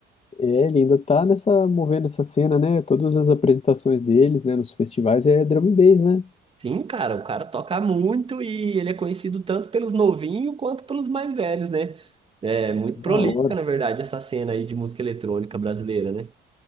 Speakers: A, on the left; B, on the right.
A: É, ele ainda tá nessa, movendo essa cena, né? Todas as apresentações deles, né, nos festivais é drum and bass, né?
B: Sim, cara, o cara toca muito e ele é conhecido tanto pelos novinhos quanto pelos mais velhos, né? É muito
A: Da
B: prolífica,
A: hora,
B: na verdade, essa cena aí de música eletrônica brasileira, né?